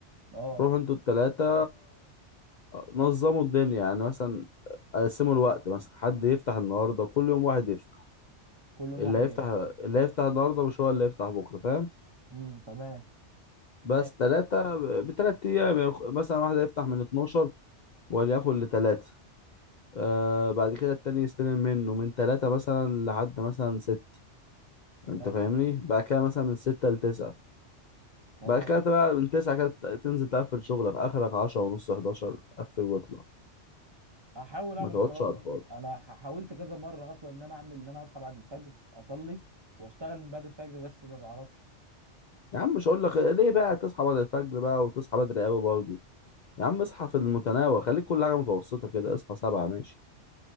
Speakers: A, on the right (about 25°); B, on the left (about 55°).
A: اه
B: روحوا انتوا التلاتة نظموا الدنيا يعني مثلا قسموا الوقت مثلا حد يفتح النهاردة كل يوم واحد يفتح
A: كل يوم
B: اللي
A: واحد
B: هيفتح
A: ايه
B: اللي هيفتح النهاردة مش هو اللي هيفتح بكرة فاهم
A: امم تمام ماشي
B: بس تلاتة بتلات أيام يعني مثلا واحد هيفتح من 12 وليكن لتلاتة آه بعد كده التاني يستلم منه من تلاتة مثلا لحد مثلا ستة انت
A: ايوه
B: فاهمني بعد كده مثلا من ستة لتسعة
A: تمام
B: بعد كده بقى من تسعة كده تنزل تقفل شغلك آخرك عشرة ونص حداشر قفل واطلع
A: احاول اعمل
B: ما تقعدش
A: الحوار
B: على
A: ده
B: الفاضي
A: انا ح- حاولت كذا مره اصلا ان انا اعمل ان انا اصحى بعد الفجر اصلي واشتغل من بعد الفجر بس ما بعرفش
B: يا عم مش هقول لك ليه بقى تصحى بعد الفجر بقى وتصحى بدري قوي برضه يا عم اصحى في المتناول خليك كل حاجه متوسطه كده اصحى سبعة ماشي